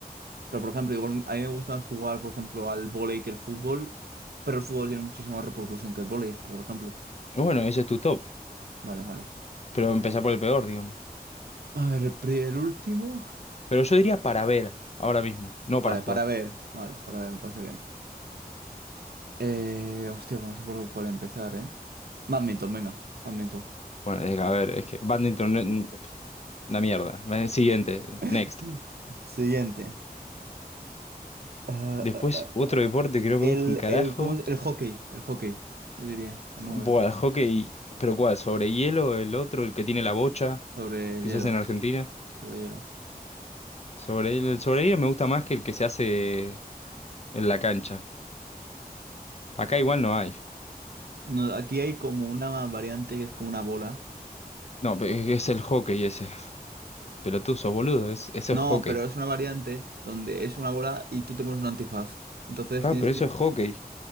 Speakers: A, on the right; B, on the left.
A: pero por ejemplo, igual a mí me gusta más jugar, por ejemplo, al vóley que el fútbol, pero el fútbol tiene muchísima más repercusión que el vóley, por ejemplo.
B: Bueno, ese es tu top.
A: Vale, vale.
B: Pero empezar por el peor, digamos.
A: A ver, el, pri- el último.
B: Pero yo diría para ver, ahora mismo, no
A: Vale,
B: para jugar.
A: para ver. Vale, para ver, me parece bien. Eh, hostia, pues no sé por cuál empezar, ¿eh? Badminton, venga, badminton.
B: Bueno, es- a ver, es que badminton, no- n- una mierda. Va, Siguiente,
A: <laughs>
B: next.
A: Siguiente. Ah,
B: Después,
A: ah,
B: otro deporte que no
A: El,
B: me gusta un carajo.
A: el, ¿cómo es? El hockey, el hockey, yo diría, el 9
B: Buah, el hockey. ¿Pero cuál? ¿Sobre hielo? ¿El otro, el que tiene la bocha,
A: sobre
B: que
A: hielo,
B: se hace en Argentina?
A: sobre hielo.
B: Sobre hielo, el sobre hielo me gusta más que el que se hace en la cancha. Acá igual no hay.
A: No, aquí hay como una variante que es como una bola.
B: No, pe- e, es el hockey ese. Pelotuzo, boludo. Es, eso
A: No,
B: es hockey.
A: pero es una variante donde es una bola y tú te pones un antifaz. Entonces
B: Ah,
A: tienes
B: pero
A: que...
B: eso es hockey.